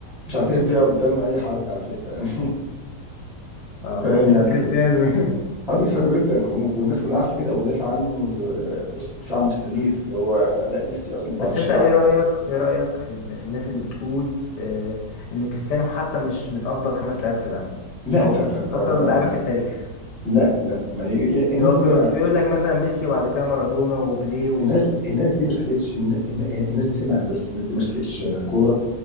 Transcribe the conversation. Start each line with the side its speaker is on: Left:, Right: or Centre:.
Centre: مش هعترف بيها قدام أي حد على فكرة يعني
Left: اه
Centre: <laughs> فاهم
Left: انت بتحب
Centre: يعني
Left: كريستيانو <laughs>
Centre: حابب كريستيانو جدا وم- والناس كلها عارفه كده وبدافع عنه آه، بص دفاع مستميت اللي هو لا ميسي اصلا ما
Left: بس
Centre: بيعرفش
Left: انت
Centre: يلعب
Left: ايه رايك ايه رايك في ال- في الناس اللي بتقول آه، ان كريستيانو حتى مش من افضل خمس لعيبه في العالم
Centre: لا
Left: او
Centre: لا
Left: في
Centre: لا
Left: افضل
Centre: آه،
Left: لعيبه في التاريخ
Centre: لا لا ما ي- الناس
Left: اللي هو
Centre: دي
Left: بي-
Centre: ما
Left: بيقول لك مثلا ميسي وبعد كده مارادونا وبيليه و...
Centre: الناس الناس دي ما شافتش الن- الن- الناس دي سمعت بس الناس دي ما شافتش آه، كوره